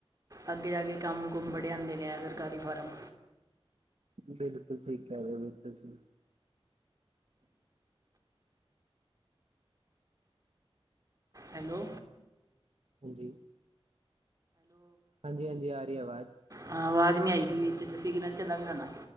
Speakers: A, on the right (about 35°); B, on the right (about 85°).
A: ਅੱਗੇ ਜਾ ਕੇ ਕੰਮ ਕੁਮ ਵੜੇ ਆਂਦੇ ਨੇ ਆ ਸਰਕਾਰੀ ਫਾਰਮ।
B: ਬਿਲਕੁਲ, ਠੀਕ ਕਹਿ ਰਹੇ ਓ ਜੀ ਤੁਸੀਂ।
A: ਹੈਲੋ,
B: ਹਾਂਜੀ ਹਾਂਜੀ, ਹਾਂਜੀ ਆ ਰਹੀ ਆਵਾਜ਼।
A: ਹਾਂ, ਆਵਾਜ਼ ਨਹੀਂ ਆਈ ਸੀ ਵਿੱਚ ਤਾਂ ਸਿਗਨਲ ਚਲਾ ਗਿਆ ਹੋਣਾ।